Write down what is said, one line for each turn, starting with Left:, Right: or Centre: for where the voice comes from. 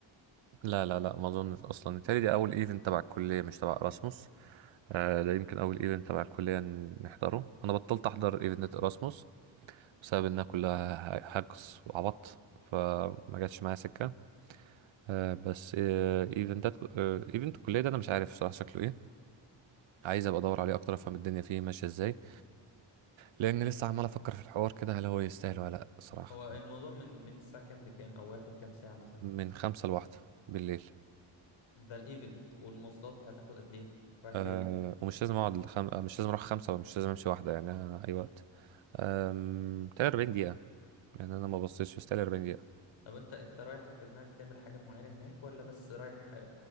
Right: لا لا لا ما اظنش اصلا التالي دي اول ايفنت تبع الكليه مش تبع erasmus آه ده يمكن اول ايفنت تبع الكليه نحضره انا بطلت احضر ايفنت erasmus بسبب انها كلها حجز وعبط فما جاتش معايا سكه آه، بس آه، ايفنتات آه، ايفنت الكليه ده انا مش عارف صراحه شكله ايه عايز ابقى ادور عليه اكتر افهم الدنيا فيه ماشيه ازاي لان لسه عمال افكر في الحوار كده هل هو يستاهل ولا لا صراحه
Left: هو الموضوع من من الساعه كام لكام او واخد كام ساعه مثلا
Right: من خمسة لواحدة بالليل
Left: ده الايفنت والمواصلات هتاخد قد ايه رايح
Right: أه
Left: جاي
Right: ومش لازم اقعد لخم... آه، مش لازم اروح خمسة ومش لازم امشي واحدة يعني أنا اي وقت أم... 43 دقيقة يعني انا ما بصيتش بس 43 دقيقة
Left: طب انت انت رايح في دماغك تعمل حاجة معينة هناك ولا بس رايح